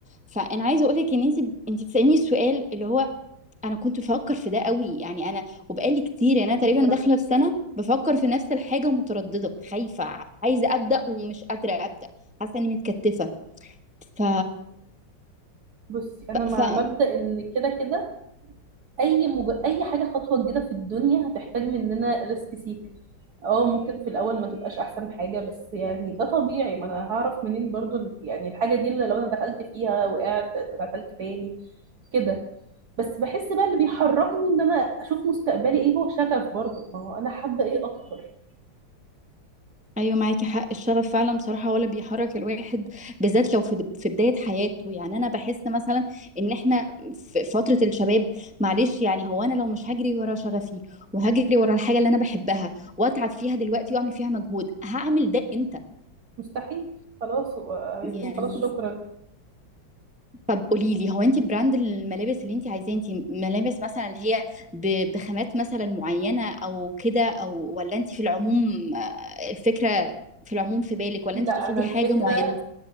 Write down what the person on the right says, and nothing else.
بالظبط
بصي انا
مع مبدأ ان كده كده اي مج... اي حاجه خطوه جديده في الدنيا هتحتاج مننا ريسك سيك اه ممكن في الاول ما تبقاش احسن حاجه بس يعني ده طبيعي ما انا هعرف منين برضو ال- يعني الحاجه دي اللي لو انا دخلت فيها وقعت دخلت تاني كده بس بحس بقى اللي بيحركني ان انا اشوف مستقبلي ايه هو شغف برضو ما هو انا حابه ايه اكتر
مستحيل خلاص هو هيكون
خلاص شكرا
لا
انا الفكره